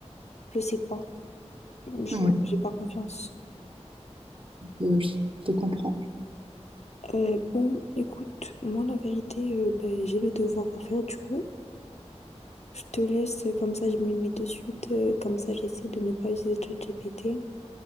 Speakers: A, on the left (about 70°); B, on the right (about 50°).
A: je sais pas, je
B: Ouais,
A: j'ai pas confiance.
B: euh, je te comprends.
A: Euh, bon, écoute, moi, la vérité, euh, ben, j'ai le devoir à faire, du coup. Je te laisse, euh, comme ça, je me mets de suite, euh, comme ça, j'essaie de ne pas utiliser ChatGPT.